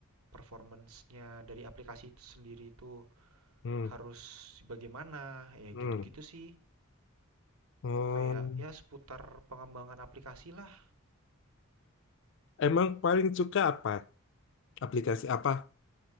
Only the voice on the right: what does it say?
performance-nya dari aplikasi itu sendiri itu
harus bagaimana, ya
gitu-gitu sih.
Kayak ya seputar pengembangan aplikasi lah.